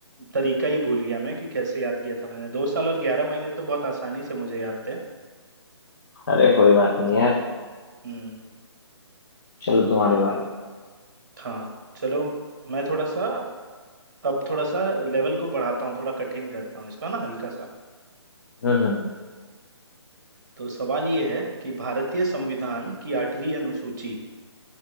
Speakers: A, on the right; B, on the left.
A: तरीका ही भूल गया मैं कि कैसे याद किया था मैंने दो साल और ग्यारह महीने तो बहुत आसानी से मुझे याद थे
B: अरे कोई
A: बाकी
B: बात नहीं यार
A: हम्म
B: चलो तुम्हारी बारी
A: हाँ चलो मैं थोड़ा सा अब थोड़ा सा लेवल को बढ़ाता हूँ थोड़ा कठिन करता हूँ इसका ना हल्का सा
B: हम्म हम्म हम्म,
A: तो सवाल ये है कि भारतीय संविधान की आठवीं अनुसूची